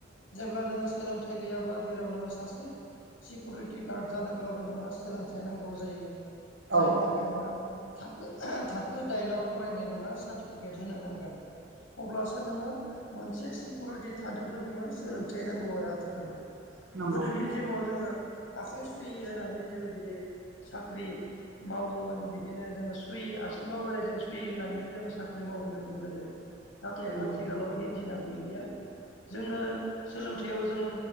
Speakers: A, on the left; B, on the right.
A: जेब्ला नोङो सोलोंथाइ गैयाब्ला जेराव नोङो सासे सिकिउरिटि गार्ड जानोब्लाबो नोङो सोलोंथाइ नांगौ जायो
B: औ
A: जायनि थाखाय नोंहा थाखो थाखो दाइनआव फरायनाय नोङो सार्टिफिकेट होनो नांगोन अब्लासो नोङो मोनसे सिकिउरिटि थानोबो नोङो सोलोंथाइ नांगौ आरो आथिखालाव
B: नंगौ
A: गोदोनि जिमाव जोङो आखाइ सुहि होनानै जोङो जेरै साख्रि मावोमोन बिदिनो जोङो सुयि आसिमा बोराइजों सुयि होननानै जोङो साख्रि मावबोदोंमोन गोदो नाथाय
B: नंगौ
A: आथिखालाव बे दिना गैलिया जोंनो सोलोंथायाव जों